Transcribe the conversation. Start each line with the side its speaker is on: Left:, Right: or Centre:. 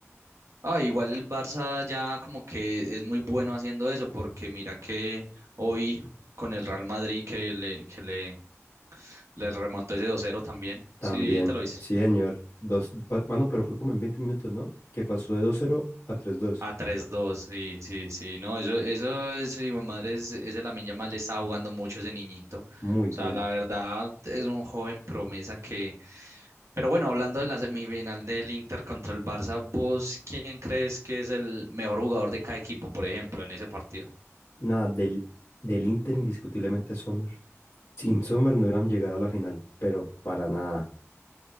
Right: Ah, igual el Barça ya como que es muy bueno haciendo eso, porque mira que hoy con el Real Madrid que le, que le, le remontó ese dos cero también.
Left: También,
Right: Sí, te lo hice.
Left: sí, señor. Dos, pa- mano, pero fue como en 20 minutos, ¿no? Que pasó de dos cero a tres dos.
Right: A tres dos sí, sí, sí. No, eso, eso es, hijo de madre, es- ese Lamine Yamal le está jugando mucho a ese niñito. O
Left: Muy bien.
Right: sea, la verdad es un joven promesa que. Pero bueno, hablando de la semifinal del Inter contra el Barça, ¿vos quién crees que es el mejor jugador de cada equipo, por ejemplo, en ese partido?
Left: Nada, del, del Inter indiscutiblemente Sommer. Sin Sommer no hubieran llegado a la final, pero para nada.